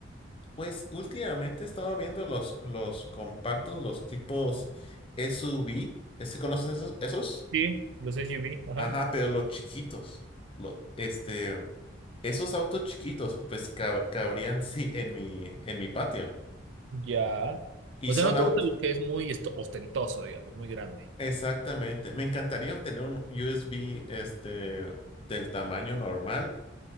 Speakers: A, on the left; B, on the right.
A: Pues últimamente he estado viendo los, los compactos, los tipos SUV. ¿Sí conoces esos? esos?
B: Sí, los SUV, ajá.
A: Ajá, pero los chiquitos. Lo- este, esos autos chiquitos, pues cab- cabrían sí en mi, en mi patio.
B: Ya.
A: Y
B: O
A: son
B: sea, no te
A: autos.
B: gusta lo que es muy esto- ostentoso, digamos, muy grande.
A: Exactamente. Me encantaría tener un USB este, del tamaño normal,